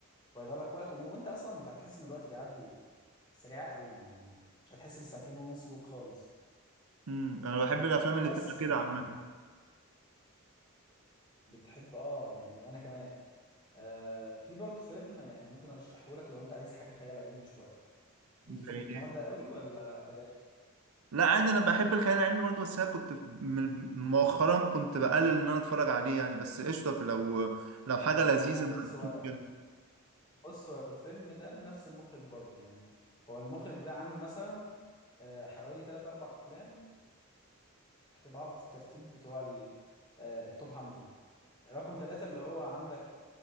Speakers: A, on the left; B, on the right.
A: وهيضيع لك وقت و- وانت اصلا انت هتحس ان الوقت بيعدي سريع قوي يعني مش هتحس بالساعتين ونص دول خالص
B: امم انا بحب الافلام اللي
A: بس
B: بتبقى كده عامه
A: فبتحب اه يعني وانا كمان آه في برضو فيلم يعني ممكن ارشحه لك لو انت عايز حاجه خيال علمي شويه ليك في
B: زي
A: النوع
B: ايه
A: ده قوي ولا بلاش
B: لا عادي انا بحب الخيال العلمي برضه بس انا كنت في- من- مؤخرا كنت بقلل ان انا اتفرج عليه يعني بس قشطه في لو لو حاجه لذيذه
A: هو
B: ما
A: بص
B: عنديش
A: هو
B: مشكله
A: بص هو الفيلم ده نفس المخرج برضو يعني هو المخرج ده عامل مثلا آه حوالي 3 4 افلام تحت بعض في الترتيب بتوع ال- آه التوب 100 رقم ثلاثة اللي هو عندك